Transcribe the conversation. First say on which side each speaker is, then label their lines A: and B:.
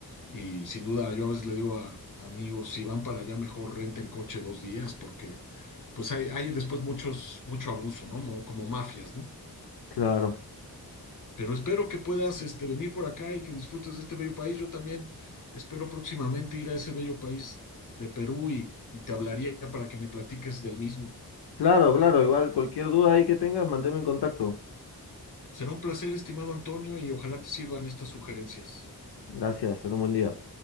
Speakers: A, on the left (about 55°); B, on the left (about 85°).
A: Y sin duda, yo a veces le digo a, a amigos, si van para allá, mejor renten coche dos días, porque pues hay, hay después muchos, mucho abuso, ¿no? Mo- Como mafias, ¿no?
B: Claro,
A: Pero espero que puedas este, venir por acá y que disfrutes de este bello país. Yo también espero próximamente ir a ese bello país de Perú y, y te hablaría para que me platiques del mismo.
B: claro, claro. Igual cualquier duda ahí que tengas, manténme en contacto.
A: Será un placer, estimado Antonio, y ojalá te sirvan estas sugerencias.
B: Gracias, ten un buen día.